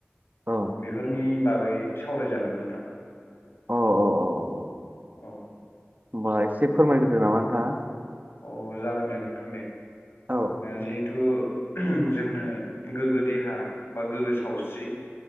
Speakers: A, on the right (about 40°); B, on the left (about 65°).
A: औ
B: बेफोरनि बागै सावरायजागोन नोंथां
A: अ अ औ औ
B: औ
A: होनोमबा एसे फोरमायग्रोदो नामा नोंथाङा
B: अ जागोन दे नोंथां दे
A: औ
B: जिहेथु जोंनो गोग्गो देहा बा गोग्गो सावस्रि